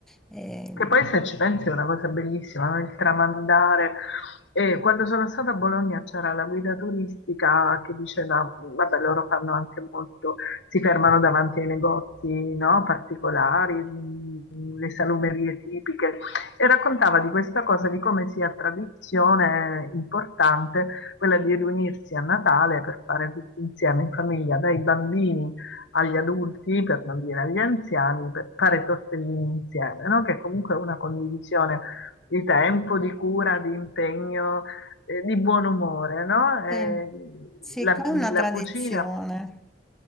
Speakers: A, in the centre; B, on the left.
A: eh,
B: Che poi se ci pensi è una cosa bellissima, no? il tramandare. E quando sono stata a Bologna c'era la guida turistica che diceva, vabbè, loro fanno anche molto, si fermano davanti ai negozi, no? particolari, mh, le salumerie tipiche, e raccontava di questa cosa, di come sia tradizione importante quella di riunirsi a Natale per fare tutti insieme in famiglia, dai bambini agli adulti, per non dire agli anziani, per fare tortellini insieme, no? Che comunque è una condivisione di tempo, di cura, di impegno, eh, di buon umore, no? Eh,
A: sì. Sì,
B: la,
A: qua è una
B: la
A: tradizione.
B: cucina